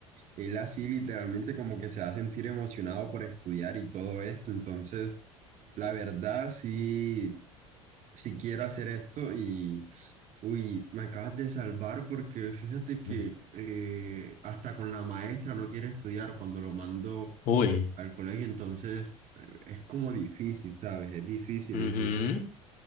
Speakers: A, on the right; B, on the left.
A: él así literalmente como que se va a sentir emocionado por estudiar y todo esto. Entonces, la verdad, sí. si quiero hacer esto y, uy, me acabas de salvar porque fíjate que
B: Ujú.
A: eh, hasta con la maestra no quiere estudiar cuando lo mando
B: Uy.
A: al colegio, entonces eh, es como difícil, ¿sabes? Es difícil,
B: ujú,
A: entonces,